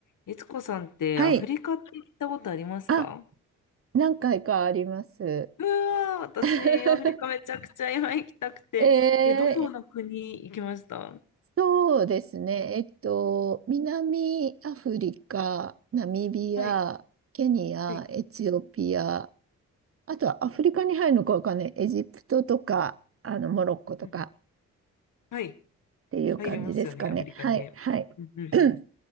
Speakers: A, on the left; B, on the right.
A: えつこさんってアフリカって行ったことありますか
B: はい。あ、何回かあります。
A: うわー、私、
B: <laughs>
A: アフリカめちゃくちゃ今行きたくて。
B: えー
A: え、どこの国行きました
B: そうですね。えっと、南アフリカ、ナミビア、
A: はい、
B: ケニア、
A: はい、
B: エチオピア、あとはアフリカに入るのかわかんない。エジプトとか、あの、モロッコとか
A: うんうんはい、
B: っていう感じですかね。
A: 入れますよね、アフリカにね。
B: はい、はい。
A: うんうん
B: <clears throat>